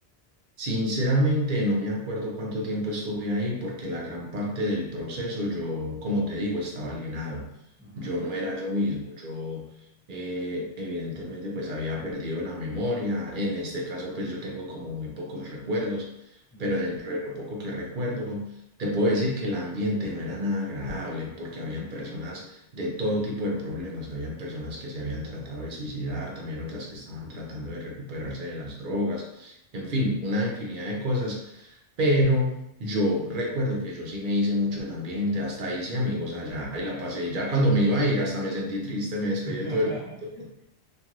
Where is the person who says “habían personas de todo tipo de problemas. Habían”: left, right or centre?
Right